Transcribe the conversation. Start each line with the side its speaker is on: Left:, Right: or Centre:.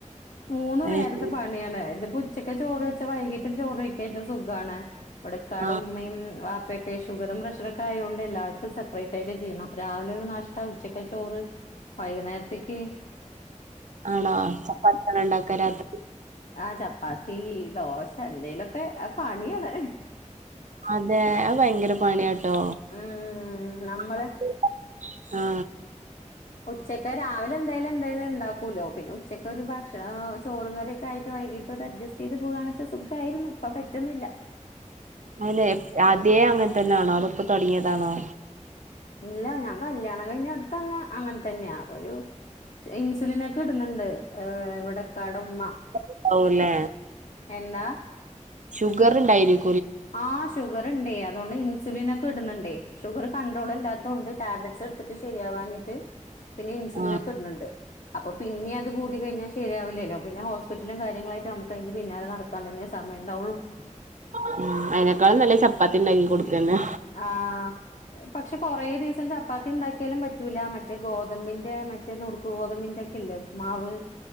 Left: മൂന്ന്
Right: അയ്ശരി
Left: നേരത്തെ പണിയാണ്. <inaudible> ഉച്ചക്കെ ചോറ് വെച്ച വൈകീട്ടും ചോറ് കഴിക്കച്ച സുഖാണ്. ഇവിടെ ഇക്കാടെ
Right: ആഹ്
Left: ഉമ്മയുംവാപ്പായും <inaudible> ഇപ്പൊക്കെ ഷുഗറും, പ്രഷറൊക്കെ ആയോണ്ട് എല്ലാർക്കും സെപ്പറേറ്റ് ആയിട്ട് ചെയ്യണം. രാവിലെ ഒരു നാഷ്ടാ ഉച്ചക്ക്‌ ചോറ്- വൈകുന്നേരത്തേക്ക്-
Right: ആണോ? ഭക്ഷണം ഉണ്ടാക്കാ രാത്രി?
Left: ആ ചപ്പാത്തി, ദോശ എന്തെലൊക്കെ. പണിയാണ്.
Right: അതെ. അത് ഭയങ്കര പണിയാട്ടോ.
Left: ഉം നമ്മള്
Right: <inaudible> ആ.
Left: ഉച്ചക്ക്, രാവിലെ എന്തായാലും എന്തായാലും- ഉണ്ടാക്കൂല്ലോ. പിന്നെ ഉച്ചക്ക്‌ ഒരു ഭക്ഷണ, ചോറ് കറിയൊക്കെ ആയിട്ട് വൈകിട്ട് അത് അഡ്ജസ്റ്റ് ചെയ്ത് പോകാണ്ച്ച സുഖായി <inaudible> <unintelligible> ഇപ്പ പറ്റുന്നില്ല.
Right: ആലെ, ആദ്യേ അങ്ങനത്തെന്നെ ആണോ? അതോ പ്പൊ തുടങ്ങിതാണോ?
Left: ഇല്ല. ഞാൻ കല്യാണം കഴിഞ്ഞ അടുത്തന്നെ അങ്ങൻതന്നെയാ. ഒരു <inaudible> ഇൻസുലിനൊക്കെ ഇടുന്നുണ്ട്. ഇവിടെ <inaudible> ഇക്കാടുമ്മ.
Right: ണ്ടാവൂല്ലേ
Left: എന്താ?
Right: ഷുഗർ ഇണ്ടായിനിം.
Left: ആ. ഷുഗർ ഉണ്ടേയ്. അതൊണ്ട് ഇൻഷുലിനൊക്കെ ഇടുന്നുണ്ടേയ്. ഷുഗർ കൺട്രോൾ അല്ലാത്തൊണ്ട് ടാബ്ലറ്റ്സ് എടുതിട്ട് ശരിയാവാഞ്ഞിട്ട് <inaudible> <unintelligible> പിന്നെ ഇന്സുലിനൊക്കെ
Right: ആഹ്
Left: ഇടണ് ണ്ട്. അപ്പൊ പിന്നിം അത് കൂടി കഴിഞ്ഞാ ശരിയാവില്ലല്ലോ. പിന്നെ ഹോസ്പിറ്റലും കാര്യങ്ങളായിട്ട് നമുക്ക് അതിന്റെ പിന്നാലെ നടക്കാൻ തന്നെ സമയം <inaudible> വെണ്ട ഒള്ളും. <inaudible>
Right: <unintelligible> ആയിനെക്കാളും നല്ലത് ചപ്പാത്തി ഇണ്ടാക്കി കൊടുക്കന്നെ.
Left: ആാാ. പക്ഷെ, കുറേ ദിവസം ചപ്പാത്തി ഇണ്ടാക്കിയാലും പറ്റൂല. മറ്റേ ഗോതമ്പിന്റെ, മറ്റേ നുറുക്ക് ഗോതമ്പിന്റെ <inaudible> <unintelligible> ഉപ്മാവ്,